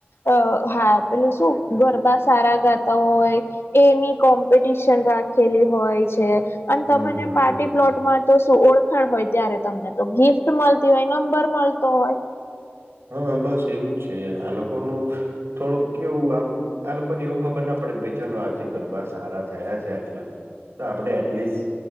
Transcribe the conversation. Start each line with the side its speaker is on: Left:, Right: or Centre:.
Left: અ હા પેલું શું? ગરબા સારા ગાતા હોય એની કોમ્પિટિશન રાખેલી હોય છે. અને
Right: હમ
Left: તમને
Right: હમ
Left: પાર્ટી
Right: હમ
Left: પ્લોટ તો શું ઓળખણ હોય ત્યારે તમને તો ગિફ્ટ મલતી હોય નંબર મલતો હોય
Right: હા બસ એવું જ છે, આ લોકોનું થોડુંક કેવું આમ આ લોકોને એવું ખબર ના પડે ભાય ચાલો આજે ગરબા સારા થયા છે, આટલા તો આપણે એટલીસ્ટ